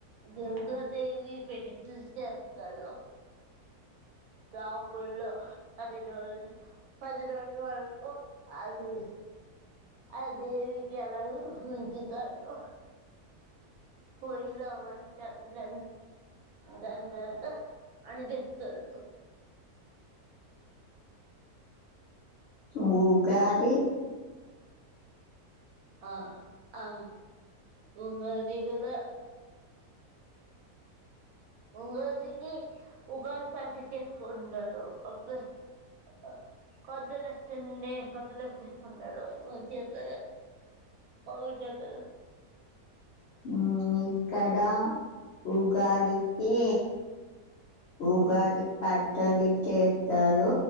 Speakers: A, on the right; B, on the left.
A: దుర్గాదేవి పెట్టి చేస్తారు తపుల్లో పది రోజులు పది రోజుల వరకు అది అ దేవికి ఎలాగు ఉంచుతారు పోయిలాడి చేతున్న దాని తర్వాత అని చేస్తారు
B: ఉగాది
A: ఆ ఆ ఉగాది కూడా ఉగాదికి ఉగాది పసి చేసుకుంటారు ఒక <inaudible> కదులుచ్చండే కథలుచ్చ కొంట చెంత అవినగర
B: ఉమ్, ఇక్కడ ఉగాదికి ఉగాది పచ్చడి చేస్తారు